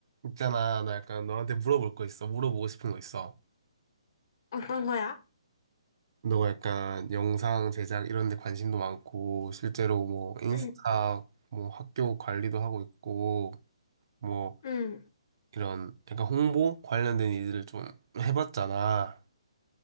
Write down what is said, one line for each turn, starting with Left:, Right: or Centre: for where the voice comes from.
Right: 있잖아, 나 약간 너한테 물어볼 거 있어. 물어보고 싶은 거 있어.
Left: 어떤 거야?
Right: 너 약간 영상 제작 이런 데 관심도 많고, 실제로 뭐 인스타,
Left: 응,
Right: 뭐 학교 관리도 하고 있고, 뭐
Left: 응,
Right: 이런 약간 홍보 관련된 일들을 좀 해봤잖아.